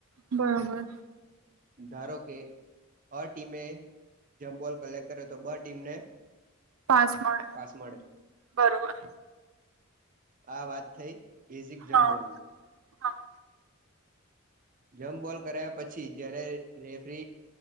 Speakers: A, on the right (about 75°); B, on the right (about 40°).
A: બરોબર.
B: ધારો કે અ ટીમે જમબોલ કલેક્ટ કર્યો તો બ ટીમને
A: પાસ મળે
B: પાસ મળે
A: બરોબર.
B: આ વાત થઈ બેઝિક જંપ
A: હા
B: બોલની
A: હા.
B: જમ્પ બોલ કરાયા પછી જયારે રેફરી